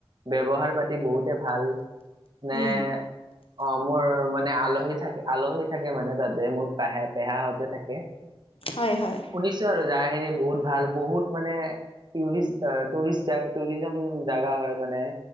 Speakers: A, on the right; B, on the left.
A: ব্যৱহাৰ-পাতি বহুতে ভাল, নে
B: উম
A: অ' মোৰ মানে আলহী থাক- আলহী থাকে মানে তাতে, মোৰ পে- পেহাহতে থাকে। <inaudible>
B: হয় - হয়।
A: শুনিছোঁ আৰু জাগাখিনি বহুত ভাল, বহুত মানে টুৰিষ্ট অ'- টুৰিষ্ট যায়, টুৰিজম জাগা হয় মানে।